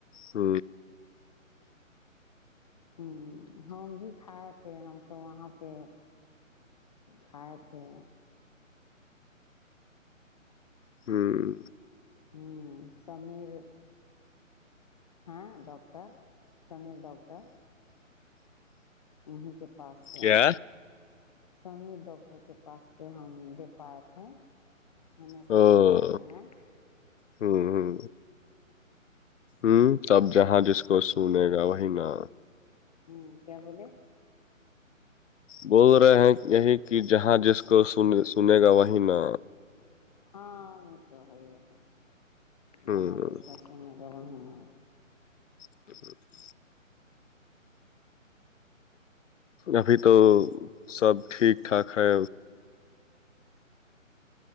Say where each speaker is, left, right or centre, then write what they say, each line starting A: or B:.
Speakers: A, on the left (about 65°); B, on the left (about 30°).
A: ہ
B: ہ ہم بھی کھائے تھے ہم تو وہاں پہ کھائے تھے
A: ہوں
B: ہوں سمیر ہاں ڈاکٹر سمیر ڈاکٹر انیں کے پاس سے
A: کیا
B: سمیر ڈاکٹر کے پاس سے ہم دکھوائے تھے ہومیوپیتھی
A: ہاں
B: کایں ہیں
A: ہوں ہوں ہوں تب جہاں جس کو سنے گا وہی نا
B: ہوں کیا بولے
A: بول رہے ہیں یہی کہ جہاں جس کو سنے سنے گا وہی نا
B: ہاں وہ تو ہے ہے
A: ہوں
B: جہاں جس کا سنے گا وہیں نہ
A: ہ ابھی تو سب ٹھیک ٹھاک ہے